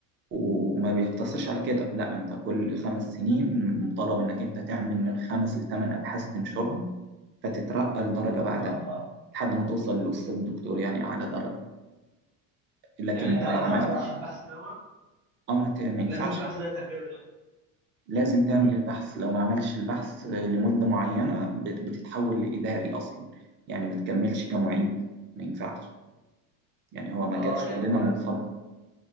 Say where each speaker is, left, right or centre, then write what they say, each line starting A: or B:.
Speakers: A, on the right (about 30°); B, on the right (about 80°).
A: وما بيقتصرش على كده لا انت كل خمس سنين مطالب انك انت تعمل من خمس لثمان ابحاث تنشرهم فتترقى لدرجه بعدها
B: اه
A: لحد ما توصل لاستاذ دكتور يعني اعلى درجه لكن
B: يعني انت
A: عملت
B: لو ما عملتش
A: اه
B: البحث ده
A: ما ت- ما ينفعش
B: لازم البحث ده تعمله يعني
A: لازم تعمل
B: امم
A: البحث لو ما عملتش البحث لمده معينه بت- بتتحول لاداري اصلا يعني ما تكملش كمعيد ما ينفعش يعني هو
B: اه
A: مجال شغلنا
B: يعني انت
A: منصب